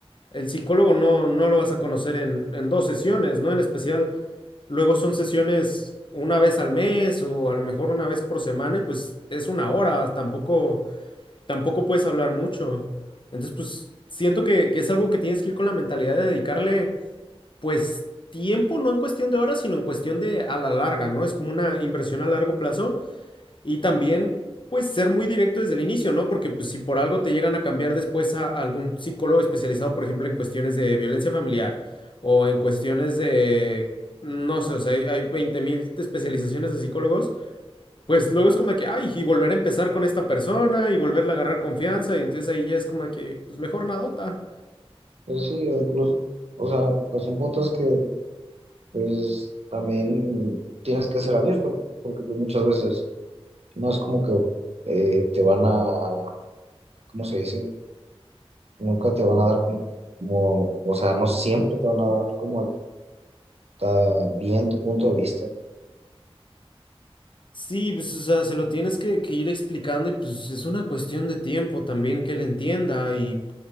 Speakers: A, on the left; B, on the right.
A: El psicólogo no, no lo vas a conocer en, en dos sesiones, ¿no? En especial, luego son sesiones una vez al mes o a lo mejor una vez por semana y pues es una hora, tampoco, tampoco puedes hablar mucho. Entonces, pues siento que, que es algo que tienes que ir con la mentalidad de dedicarle, pues, tiempo, no en cuestión de horas, sino en cuestión de a la larga, ¿no? Es como una inversión a largo plazo y también, pues, ser muy directo desde el inicio, ¿no? Porque pues, si por algo te llegan a cambiar después a algún psicólogo especializado, por ejemplo, en cuestiones de violencia familiar o en cuestiones de, no sé, o sea, hay, hay veinte mil especializaciones de psicólogos, pues luego es como de que, ay, y volver a empezar con esta persona y volverle a agarrar confianza, y entonces ahí ya es como de que, pues, mejor nadota.
B: pues sí, o incluso, o sea, pues son puntos que, pues también tienes que ser abierto, porque pues muchas veces no es como que eh, te van a, ¿cómo se dice? nunca te van a dar como, como, o sea, no siempre te van a dar como el- ta- bien tu punto de vista.
A: Sí, pues, o sea, se lo tienes que, que ir explicando y pues es una cuestión de tiempo también que él entienda y